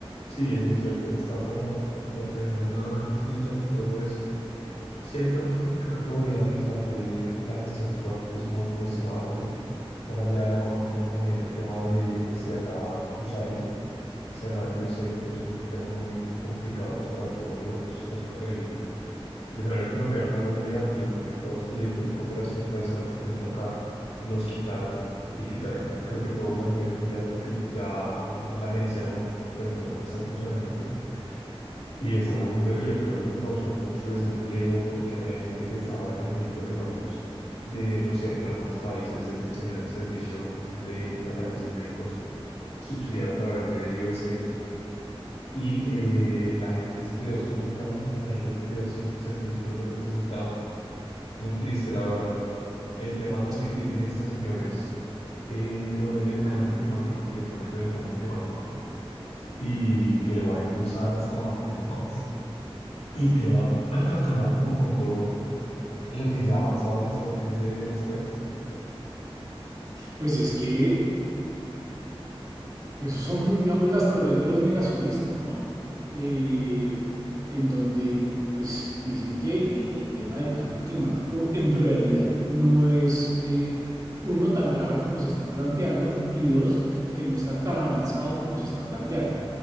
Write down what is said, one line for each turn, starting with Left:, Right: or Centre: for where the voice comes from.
Left: sí, eso es cierto, él está como, como organizando nuevamente fichas y todo esto. Sí hay temas como que uno podría analizar de la gestión de Trump, que es muy cuestionable, más allá de la economía, también el tema de cerrar USAID. Cerrar USAID es un tema muy complicado pues para todo, digamos, los, ca- el, El escenario colombiano fue algo muy negativo porque todos los proyectos de cooperación internacional que tenían acá los quitaron y quitaron, creo que todos a nivel mundial porque ya la, la agencia no, pues no, no está en funcionamiento. Y es algo muy terrible, primero porque causó mucho desempleo, porque había gente que estaba dependiendo, digamos, de, no sé, en algunos países ellos tenían el servicio de tratamientos médicos subsidiados a través de USAID y eh, la gente se quedó sin medicamentos, la gente se quedó sin servicios donde los necesitaban. Muy triste, la verdad. El tema también que
Right: Y,
Left: tiene este señor es eh, lo del cambio climático, que él no cree en el cambio climático y que lo va a impulsar hasta donde lo más y que va <clears throat> a acabar como con todo lo que se ha avanzado en, esa- en ese aspecto.
Right: Pues es que Esas son, digamos, las teorías de los negacionistas, ¿no? Eh, en donde, pues, dicen que el, el tema del cambio climático en realidad no es, eh, uno, tan grave como se está planteando y dos, que no está tan avanzado como se está planteando.